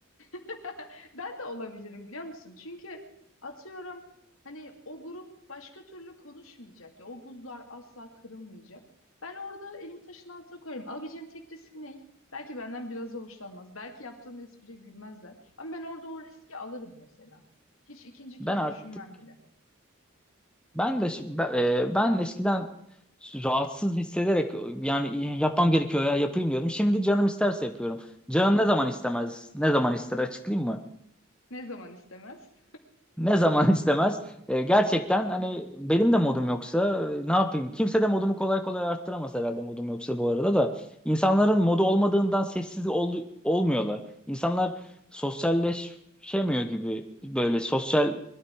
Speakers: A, on the left; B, in the centre.
A: <laughs> Ben de olabilirim biliyor musun? Çünkü atıyorum hani o grup başka türlü konuşmayacak ya o buzlar asla kırılmayacak. Ben orada elim taşın altına koyarım. Alabileceğim tek risk ne? Belki benden biraz da hoşlanmaz. Belki yaptığım espriye gülmezler. Ama ben orada o riski alırım mesela. Hiç ikinci kez
B: Ben artık
A: düşünmem bile.
B: ben de şi- ben, e, ben eskiden rahatsız hissederek yani yapmam gerekiyor ya yapayım diyordum. Şimdi canım isterse yapıyorum. Canım ne zaman istemez, ne zaman ister açıklayayım mı?
A: Ne zaman istemez?
B: Ne zaman <laughs> istemez. E, gerçekten hani benim de modum yoksa e, ne yapayım? Kimse de modumu kolay kolay arttıramaz herhalde modum yoksa bu arada da. İnsanların modu olmadığından sessiz ol- olmuyorlar. İnsanlar sosyalleşemiyor gibi böyle sosyal